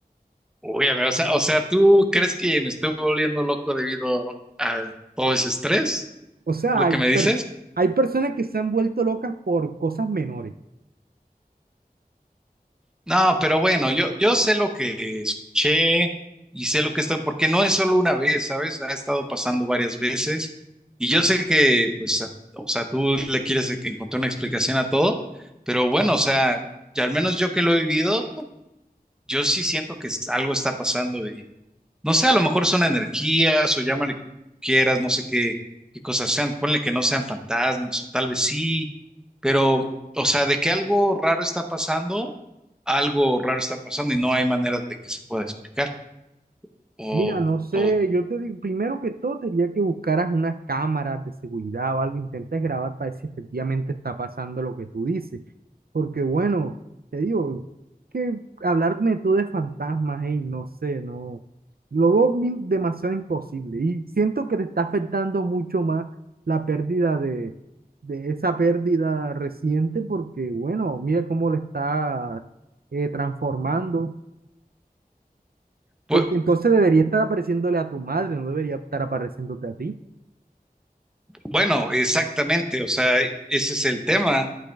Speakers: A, in the centre; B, on the right (about 75°).
A: Uy, amigo, o sea, o sea, ¿tú crees que me estoy volviendo loco debido a todo ese estrés?
B: O sea,
A: ¿Lo
B: hay,
A: que me dices?
B: per- hay personas que se han vuelto locas por cosas menores.
A: No, pero bueno, yo, yo sé lo que escuché y sé lo que estoy, porque no es solo una vez, ¿sabes? Ha estado pasando varias veces y yo sé que, pues, a- o sea, tú le quieres e- encontrar una explicación a todo, pero bueno, o sea, ya al menos yo que lo he vivido, yo sí siento que algo está pasando No sé, a lo mejor son energías o llámale como quieras, no sé qué, qué cosas sean, ponle que no sean fantasmas o tal vez sí, pero, o sea, de que algo raro está pasando, algo raro está pasando y no hay manera de que se pueda explicar. O,
B: Mira, no sé,
A: o
B: yo te digo, primero que todo, te diría que buscaras unas cámaras de seguridad o algo, intentes grabar para ver si efectivamente está pasando lo que tú dices. Porque bueno, te digo, que hablarme tú de fantasmas, hey, no sé, no, lo veo mi- demasiado imposible y siento que te está afectando mucho más la pérdida de, de esa pérdida reciente porque bueno, mira cómo le está eh, transformando.
A: pu-
B: Porque entonces debería estar apareciéndole a tu madre, no debería estar apareciéndote a ti.
A: bueno, exactamente, o sea, ese es el tema.